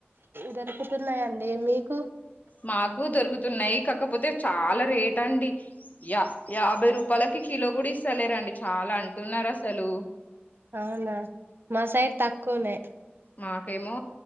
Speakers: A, on the right; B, on the left.
A: దొరుకుతున్నాయండి మీకు
B: మాకు దొరుకుతున్నాయి కాకపోతే చాలా రేట్ అండి యా యాభై రూపాయలకి కిలో గుడా ఇస్తలేరండి చాలా అంటున్నారు అసలు
A: అవునా మా సైడ్ తక్కువనే
B: మాకేమో